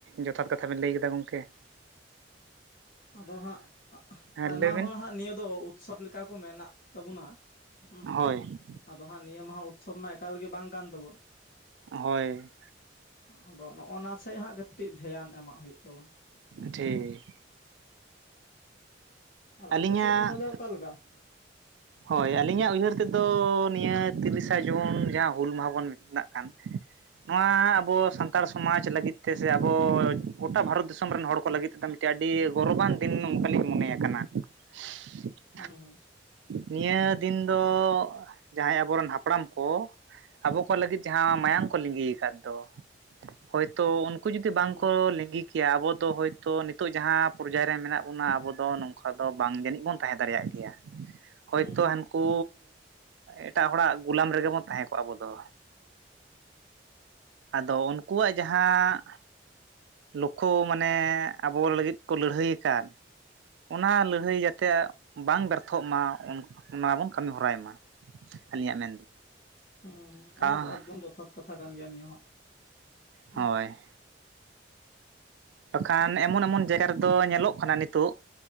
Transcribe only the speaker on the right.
ᱡᱚᱛᱷᱟᱛ ᱠᱟᱛᱷᱟ ᱵᱮᱱ ᱞᱟᱹᱭ ᱠᱮᱫᱟ ᱜᱚᱢᱠᱮ ᱾
ᱦᱮᱸ
ᱞᱟᱹᱭ ᱵᱤᱱ
ᱦᱚᱭ
ᱦᱳᱭ
ᱴᱷᱤ
ᱟᱞᱤᱧᱟᱜ
ᱦᱚᱭ ᱟᱹᱞᱤᱧᱟᱜ ᱩᱭᱦᱟᱹᱨ ᱛᱮᱫᱚ ᱱᱤᱭᱟᱹ ᱛᱤᱨᱤᱥᱟ ᱡᱩᱱ ᱡᱟᱦᱟᱸ ᱦᱩᱞ ᱢᱟᱦᱟ ᱵᱚᱱ ᱢᱮᱛᱟᱜ ᱠᱟᱱ ᱾ ᱱᱚᱣᱟ ᱟᱵᱚ ᱥᱟᱱᱛᱟᱲ ᱥᱚᱢᱟᱡᱽ ᱞᱟᱹᱜᱤᱫ ᱛᱮ ᱥᱮ ᱟᱵᱚ ᱜᱚᱴᱟ ᱵᱷᱟᱨᱚᱛ ᱫᱤᱥᱚᱢ ᱨᱮᱱ ᱦᱚᱲ ᱠᱚ ᱞᱟᱹᱜᱤᱫ ᱛᱮᱫᱚ ᱢᱤᱫ ᱟᱹᱰᱤ ᱜᱚᱨᱚᱵᱟᱱ ᱫᱤᱱ ᱱᱚᱝᱠᱟᱞᱤᱧ ᱢᱚᱱᱮ ᱟᱠᱟᱱᱟ ᱾ <unintelligible>
ᱱᱤᱭᱟᱹ ᱫᱤᱱ ᱫᱚ ᱡᱟᱦᱟᱸᱭ ᱟᱵᱚᱨᱮᱱ ᱦᱟᱯᱲᱟᱢ ᱠᱚ ᱟᱵᱚ ᱠᱚ ᱞᱟᱹᱜᱤᱫ ᱡᱟᱦᱟᱸ
ᱢᱟᱭᱟᱢ ᱠᱚ ᱞᱤᱸᱡᱤ ᱟᱠᱟᱫ ᱫᱚ ᱦᱚᱭᱛᱚ ᱩᱱᱠᱩ ᱡᱩᱫᱤ ᱵᱟᱝ
ᱠᱚ ᱞᱤᱸᱡᱤ ᱠᱤ ᱟᱵᱚᱫᱚ ᱦᱚᱭᱛᱚ ᱱᱤᱛᱚᱜ ᱡᱟᱦᱟᱸ ᱯᱚᱨᱡᱟᱭ ᱨᱮ ᱢᱮᱱᱟᱜ ᱵᱚᱱᱟ ᱟᱵᱚ ᱫᱚ ᱱᱚᱝ ᱟᱫᱚ ᱵᱟᱝ ᱡᱟᱹᱱᱤᱡ ᱵᱚᱱ ᱛᱟᱦᱮᱸ ᱫᱟᱲᱮᱭᱟᱜ ᱜᱮᱭᱟ ᱦᱚᱭᱛᱚ
ᱠᱩ ᱮᱴᱟᱜ ᱦᱚᱲᱟᱜ ᱜᱩᱞᱟᱢ ᱨᱮᱜᱮ ᱵᱚᱱ ᱛᱟᱦᱮᱸ ᱠᱚᱜᱼᱟ ᱟᱵᱚ ᱫᱚ ᱾ ᱟᱫᱚ ᱩᱱᱠᱩᱣᱟᱜ ᱡᱟᱦᱟᱸ ᱞᱩᱠᱷᱩ ᱢᱟᱱᱮ ᱟᱵᱚ ᱞᱟᱹᱜᱤᱫ ᱠᱚ ᱞᱟᱹᱲᱦᱟᱹᱭ ᱟᱠᱟᱫ ᱚᱱᱟ ᱞᱟᱹᱲᱦᱟᱹᱭ ᱡᱟᱛᱮ ᱵᱟᱝ ᱵᱮᱨᱛᱷᱚᱜ ᱢᱟ ᱚᱱᱟ ᱵᱚᱱ ᱠᱟᱹᱢᱤ ᱦᱚᱨᱟᱭ ᱢᱟ ᱾ ᱟᱹᱞᱤᱧᱟᱜ ᱢᱮᱱ
ᱠᱟ
ᱦᱳᱭ᱾ ᱵᱟᱠᱷᱟᱱ ᱮᱢᱚᱱ ᱮᱢᱚᱱ ᱡᱟᱭᱜᱟ ᱨᱮᱫᱚ ᱧᱮᱞᱚᱜ ᱠᱟᱱᱟ ᱱᱤᱛᱚᱜ